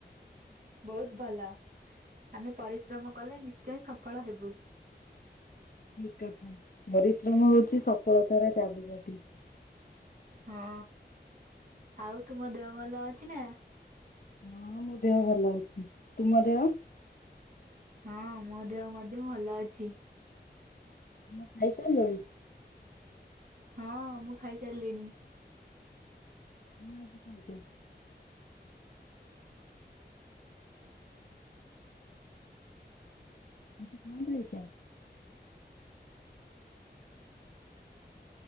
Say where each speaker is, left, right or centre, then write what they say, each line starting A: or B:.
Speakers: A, on the right; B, on the left.
A: ବହୁତ ଭଲ ଆମେ ପରିଶ୍ରମ କଲେ ନିଶ୍ଚୟ ସଫଳ ହେବୁ।
B: ଠିକ କଥା ପରିଶ୍ରମ ହଉଛି ସଫଳତାର ଚାବିକାଠି।
A: ହଁ, ଆଉ ତୁମ ଦେହ ଭଲ ଅଛି ନା?
B: ହଁ ମୋ ଦେହ ଭଲ ଅଛି, ତୁମ ଦେହ?
A: ହଁ ମୋ ଦେହ ମଧ୍ୟ ଭଲ ଅଛି।
B: ତୁମେ ଖାଇ ସାଇଲଣି?
A: ହଁ ମୁଁ ଖାଇସାରିଲିଣି।
B: କଣ ଆଜି ଖାଇଚ? ଆଜି କଣ ଖାଇଛ?